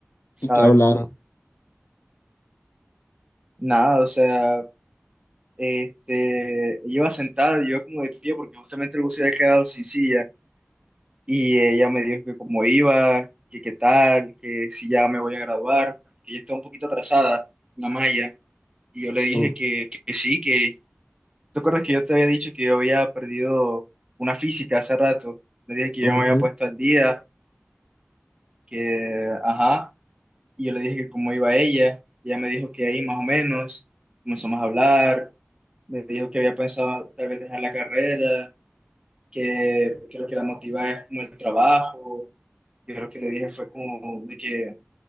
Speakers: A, on the right; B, on the left.
A: ¿Sabes?
B: ¿Y qué hablaron?
A: Nada, o sea, este, yo iba sentado, yo iba como de pie porque justamente el bus se había quedado sin silla. Y ella me dijo que cómo iba, que qué tal, que si ya me voy a graduar, que ella está un poquito atrasada, la malla. Y yo le dije
B: Mm,
A: que, que sí, que ¿Te acuerdas que yo te había dicho que yo había perdido una física hace rato? Le dije que
B: ujú,
A: yo me había puesto al día, que, ajá, y yo le dije que cómo iba ella, y ella me dijo que ahí más o menos, comenzamos a hablar, me dijo que había pensado tal vez dejar la carrera, que, que lo que la motiva es como el trabajo, yo lo que le dije fue como de que,